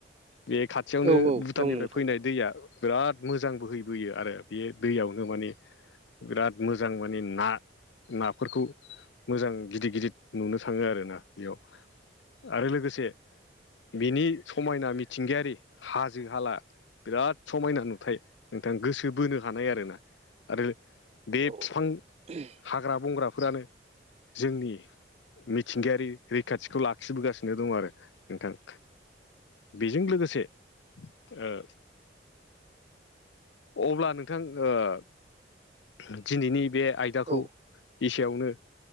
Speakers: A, on the left (about 75°); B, on the right (about 35°).
A: बे खाथियावनो
B: औ औ
A: भुटाननिफ्राय
B: दं नोंथां
A: फैनाय दैया बिराद मोजां बोहैबोयो आरो बे दैयावनो माने बिराद मोजां माने ना नाफोरखौ मोजां गिदिर-गिदिर नुनो थाङो आरोना बेयाव आरो लोगोसे बिनि समायना मिथिंगायारि हाजो हाला बिराद समायना नुथाय नोंथां गोसो बोनो हानाय आरो ना आरो बे
B: औ
A: बिफां
B: <inaudible>
A: हाग्रा बंग्राफोरानो जोंनि मिथिंगायारि रैखाथिखौ लाखिबोगासिनो दं आरो नोंथां। बेजों लोगोसे ओ अब्ला नोंथां ओ दिनैनि बे आइ दाखौ
B: औ
A: इसेयावनो